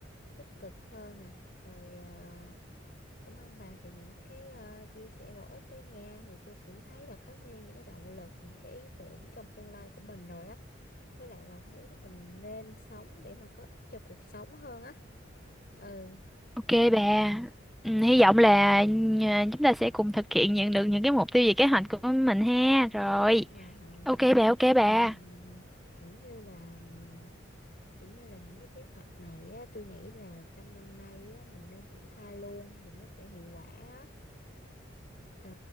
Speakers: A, on the left (about 50°); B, in the centre.
A: tích cực hơn nè rồi ờ, cảm ơn bà về những cái ờ, chia sẻ bổ ích đó nha thì tôi cũng thấy là có thêm những cái động lực những cái ý tưởng trong tương lai của mình rồi á với lại là thấy mình nên sống để mà có cho cuộc sống hơn á ừ
B: Ok bà, Ừm, hy vọng là ừm, chúng ta sẽ cùng thực hiện nhận được những cái mục tiêu về kế hoạch của mình ha. Rồi,
A: nhưng mà
B: ok bà, ok
A: nhưng
B: bà.
A: mà kiểu như là ừm, kiểu như là những cái kế hoạch này á tôi nghĩ là trong năm nay á mình nên triển khai luôn thì nó sẽ hiệu quả á ờ,